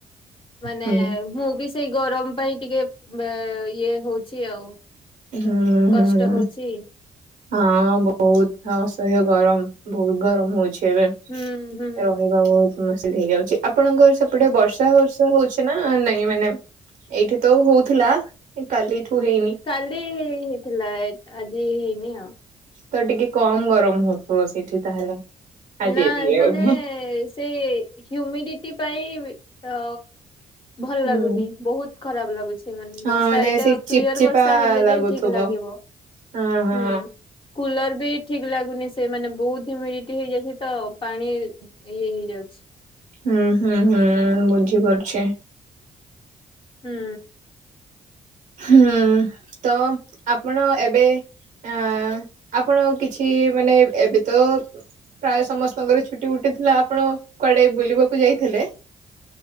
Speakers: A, on the left (about 35°); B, on the right (about 80°).
A: ମାନେ
B: ହୁଁ
A: ମୁଁ ବି ସେଇ ଗରମ ପାଇଁ ଟିକେ ଇଏ ହଉଛି ଆଉ
B: ହୁଁ
A: କଷ୍ଟ
B: ହୁଁ
A: ହଉଚି
B: ହଁ ବହୁତ ଅସହ୍ୟ ଗରମ ବହୁତ ଗରମ ହଉଛି। ଏବେ
A: ହୁଁ ହୁଁ।
B: ରହିବା ବହୁତ ମସ ହେଇଯାଉଛି। ଆପଣଙ୍କର ସେପଟେ ବର୍ଷା ବର୍ଷା ହଉଛି ନା ନାଇଁ ମାନେ ଏଇଠି ତ ହଉଥିଲା କାଲି ଏଇଠୁ ହେଇନି।
A: କାଲି ହେଇଥିଲା ଆଜି ହେଇନି ଆଉ
B: ତ ଟିକେ କମ ଗରମ ହଉଥିବ ସେଇଠି ତାହେଲେ ଆଜି
A: ନା
B: ଏତିକି
A: ମାନେ
B: ବୋଧେ।
A: ସେଇ ହ୍ୟୁମିଡିଟି ପାଇଁ ଅ ଭଲ
B: ହୁଁ
A: ଲାଗୁନି ବହୁତ ଖରାପ ଲାଗୁଛି। ସେମାନେ
B: ହଁ
A: ବର୍ଷା
B: ମାନେ
A: ଏଇଟା
B: ସେଇ ଚିପଚିପା
A: କ୍ଲିଅର ବର୍ଷା ହେଲେ
B: ଲାଗୁଥିବ।
A: ଯାଇ ଠିକ୍ ଲାଗିବ
B: ହଁ ହଁ
A: ହୁଁ। କୁଲରବି ଠିକ୍ ଲାଗୁନି ସେମାନେ ବହୁତ୍ ହ୍ୟୁମିଡିଟି ହେଇଯାଇ ହିତ ପାଣି ଇଏ ହେଇଯାଉଛି।
B: ହୁଁ ହୁଁ ହୁଁ ବୁଝି ପାରୁଛି।
A: ହୁଁ।
B: ହୁଁ ତ ଆପଣ ଏବେ ଅ ଆପଣ କିଛି ମାନେ ଏବେତ ପ୍ରାୟ ସମସ୍ତଙ୍କର ଛୁଟି ବୁଟି ଥିଲା ଆପଣ କୁଆଡ଼େ ବୁଲିବାକୁ ଯାଇଥିଲେ?